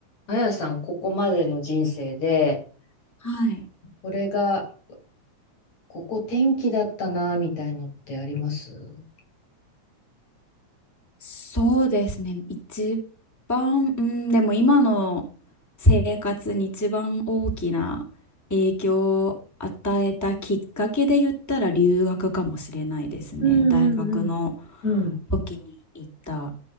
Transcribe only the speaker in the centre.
はい。
そうですね。一番、うん、でも今の生活に一番大きな影響を与えたきっかけで言ったら留学かもしれないですね。
大学の
時に行った。っ